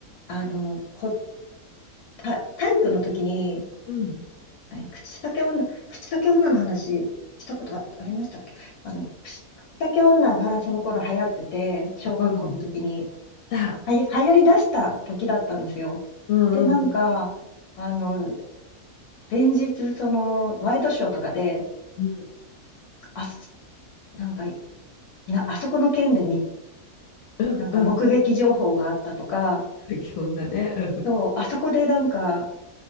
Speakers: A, on the left; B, on the left.
A: あの、こ、た体育の時に、
B: うん。
A: え、口裂け女、口裂け女の話したことあ、ありましたっけあの、口口裂け女がその頃流行ってて、小学校の時に、
B: うん。だ。
A: はや、流行り出した時だったんですよ。
B: うんうん。
A: で、なんか、あの、連日、その、ワイドショーとかで、
B: うん。
A: あす、なんか、な、あそこの件でみ、
B: うんうん
A: なんか目撃情報があったとか、
B: 基本だね。うん。
A: そう、あそこでなんか、